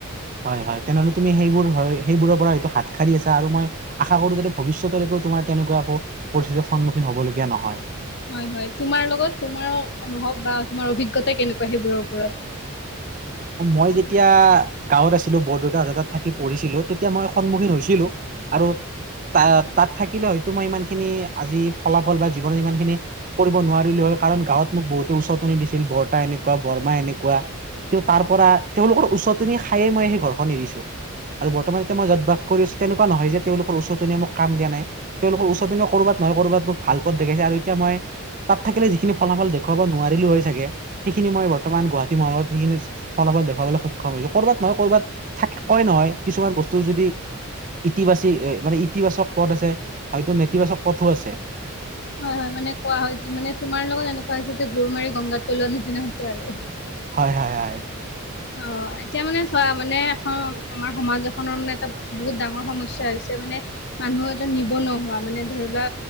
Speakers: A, on the right (about 35°); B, on the left (about 50°).
A: হয় হয় তেনেহ'লে তুমি সেইবোৰ হয় সেইবোৰৰ পৰা হয়টো হাত সাৰি আছা আৰু মই আশা কৰো যাতে ভিষ্যতলৈকে তোমাৰ তেনেকুৱা একো পৰিস্থিতিৰ সন্মুখীন হ'বলগীয়া নহয়।
B: হয় হয় তোমাৰ লগত তোমাৰ অনুভৱ বা তোমাৰ অভিজ্ঞতা কেনেকুৱা সেইবোৰৰ ওপৰত?
A: মই যেতিয়া গাঁৱত আছিলো বৰদেউতাহঁতৰ তাত থাকি পঢ়িছিলো তেতিয়া মই সন্মুখীন হৈছিলো। আৰু তা তাত থাকিলে হয়তো মই ইমান খিনি আজি ফলাফল বা জীৱনত ইমান খিনি কৰিব নোৱাৰিলে হয় কাৰণ গাঁৱত মোক বহুতে উচতনি দিছিল বৰ্তা এনেকুৱা বৰমা এনেকুৱা। কিয় তাৰপৰা তেওঁলোকৰ উচতনি খায়ে মই সেই ঘৰখন এৰিছো। আৰু বৰ্তমান এতিয়া মই যত বাস কৰি আছো তেনেকুৱা নহয় যে তেওঁলোকৰ চতনিয় মোক কাম দিয়া নাই। তেওঁলোকৰ উচতনিয়ে ক'ৰবাত নহয় ক'ৰবাত ভাল পথ দেখাইছে আৰু এতিয়া মই তাত থাকিলে যিখিনি ফলাফল দেখুৱাব নোৱাৰিলো হয় চাগে সেইখিনি মই বৰ্তমান গুৱাহাটী মহানগৰত সেইখিনি ফলাফল দেখুৱাবলৈ সক্ষম হৈছো কৰ'বাত নহয় কৰ'বাত থাক কয় নহয় কিছুমান বস্তু যদি ইতিবাচি মানে ইতিবাচক পথ আছে হয়তো নেতিবাচক পথো আছে।
B: হয় হয় মানে কোৱা হয় মানে তোমাৰ লগত এনেকুৱা হৈছে যে গৰু মাৰি গংগাত পলোৱা নিচিনা হৈছে আৰু।
A: হয় হয় হয়।
B: অ এতিয়া মানে চোৱা মানে এখন আমাৰ সমাজ এখনৰ মানে এটা বহুত ডাঙৰ সমস্যা হৈছে মানে মানুহ এজন নিবনহুৱা মানে ধৰি লোৱা